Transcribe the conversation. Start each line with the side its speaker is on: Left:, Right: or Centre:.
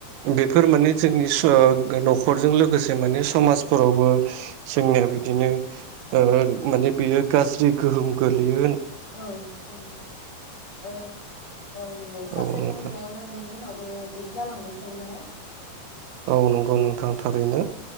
Right: बेफोर माने जोंनि स नख खरजों लोगोसे माने समाजफोरावबो जोंनिया बिदिनो ओ माने बियो गाज्रि गोहोम गोलैयो होन
Left: औ औ ओ औ नंगौ
Right: औ
Left: सासेखौ
Right: नोंथां
Left: नुनायावनो बेनि उनावबो बिदि जालांबाय थायो नालाय
Right: औ नंगौ नोंथां थारैनो